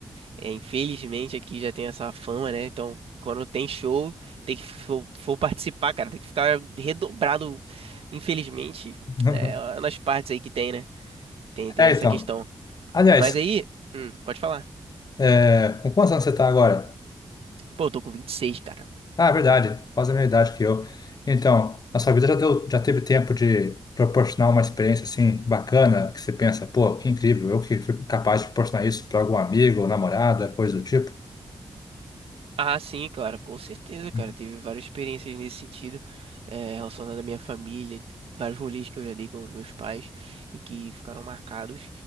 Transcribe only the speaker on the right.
É, infelizmente aqui já tem essa fama, né? Então, quando tem show, tem que for, for participar, cara, tem que ficar redobrado. Infelizmente,
é, nas partes aí que tem, né? Tem, tem
essa
questão.
Mas aí, hum, pode falar.
Pô, eu tô com 26 cara.
Ah, sim, claro, com certeza, cara.
Tive várias experiências nesse sentido, eh, relacionado à minha família, vários rolês que eu já dei com os meus pais e que ficaram marcados.